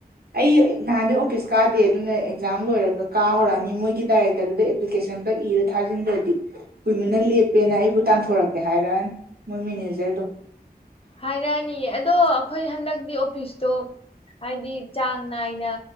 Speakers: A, on the right; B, on the left.
A: ꯑꯩ ꯅꯍꯥꯟꯗꯩ ꯑꯣꯄꯤꯁ ꯀꯥꯗꯦ ꯑꯗꯨꯅ ꯑꯦꯛꯖꯥꯝ ꯂꯣꯏꯔꯒ ꯀꯥ ꯍꯧꯔꯛꯑꯅꯤ ꯃꯣꯏꯒꯤ ꯗꯥꯏꯔꯦꯛꯇꯔꯗꯨꯗ ꯑꯦꯄ꯭ꯂꯤꯀꯦꯁꯟ ꯒ ꯏꯔ ꯊꯥꯖꯤꯟꯗ ꯗꯤ ꯀꯨꯏꯃꯟꯅ ꯂꯦꯞꯄꯦꯅ ꯑꯩꯕꯨ ꯇꯥꯟꯊꯣꯔꯛꯀꯦ ꯍꯥꯏꯔꯛꯑꯅꯤ ꯃꯣꯏ ꯃꯦꯅꯦꯖꯔꯗꯣ
B: ꯍꯥꯏꯔꯛꯑꯅꯤ ꯌꯦ ꯑꯗꯣ ꯑꯈꯣꯏ ꯍꯟꯗꯛꯇꯤ ꯑꯣꯐꯤꯁꯇꯣ ꯍꯥꯏꯗꯤ ꯆꯥꯡ ꯅꯥꯏꯅ